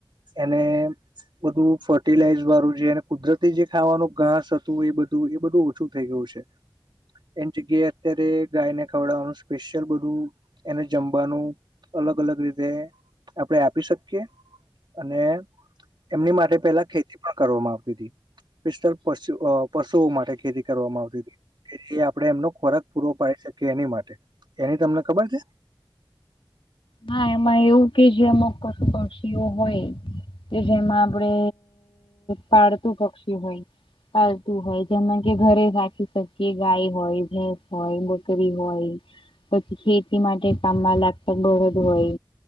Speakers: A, on the right (about 60°); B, on the left (about 75°).
A: એને બધું ફર્ટિલાઈઝ વાળું જેને કુદરતી જે ખાવાનું ઘાસ હતું એ બધું એ બધું ઓછું થઈ ગયું છે, એ ગેટ અત્યારે ગાયને ખવડાવવાનું, સ્પેશિયલ બધું એને જમવાનું. અલગ અલગ રીતે આપણેે આપી શકીએ, અને એમની માટે પેલા ખેતી પણ કરવામાં આવતી હતી. પશુ પશુઓ માટે ખેતી કરવામાં આવતી હતી, એ આપડે એમનો ખોરાક પૂરો પાડી શકે એની માટે, એની તમને ખબર છે.
B: હા એમાં એવું કે જે અમશ પક્ષીઓ હોય. કે જેમાં આપડે પાળતું પક્ષી હોય. પાલતું હોય જેમાં કે ઘરે રાખી શકીએ ગાય હોય ભેસ હોય બકરી હોય. પછી ખેતી માટે કામમાં લાગતા ગળદ હોય.